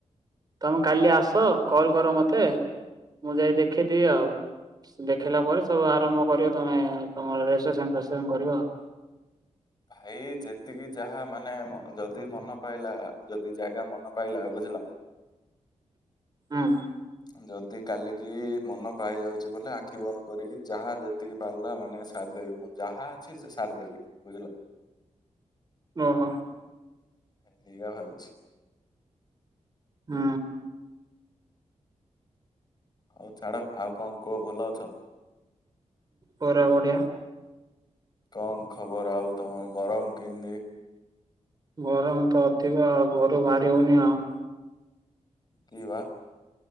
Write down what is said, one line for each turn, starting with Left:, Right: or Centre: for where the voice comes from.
Right: ତମେ କାଲି ଆସ କଲ୍ କର ମତେ ମୁଁ ଯାଇ ଦେଖେଇଦେବି ଆଉ। ଦେଖେଇିଲା ପରେ ସବୁ ଆରମ୍ଭ କରିବ ତମେ ତମର ରେଜିଷ୍ଟ୍ରେସନ ଫେଷ୍ଟ୍ରେସନ କରିବ ଆଉ।
Left: ଭାଇ ଯେତିକି ଯାହା ମାନେ ମ ଯଦି ମନ ପାଇଲା ଯଦି ଜାଗା ମନ ପାଇଲା ବୁଝିଲ
Right: ହଁ।
Left: ଯଦି କାଲିକି ମନ ପାଇଯାଉଛି ବୋଲେ ଆଖି ବନ୍ଦ କରିକି ଯାହା ଯେତିକି ପାରିଲା ମାନେ ସାରିଦେଇଥିବ। ଯାହା ଅଛି ସେ ସାରଦବି ବୁଝିଲ।
Right: ଓହୋ।
Left: ଏଇଗା ଭାବିଛି।
Right: ଉଁ।
Left: ହଉ ଛାଡ ଆଉ କଣ କୁହ ଭଲ ଅଛ?
Right: ପରା ବଡିଆ।
Left: କଣ ଖବର ଆଉ ତମର ଗରମ କେମିତି?
Right: ଗରମ ତ ଅଧିକ ଆଉ ଘରୁ ବାହାରି ହଉନି ଆଉ।
Left: କି ବା।